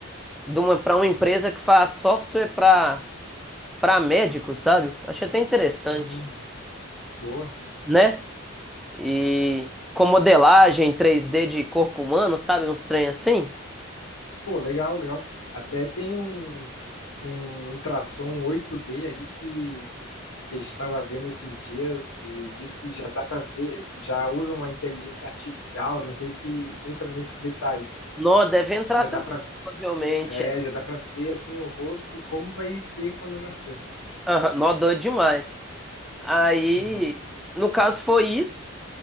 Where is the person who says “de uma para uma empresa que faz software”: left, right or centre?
Centre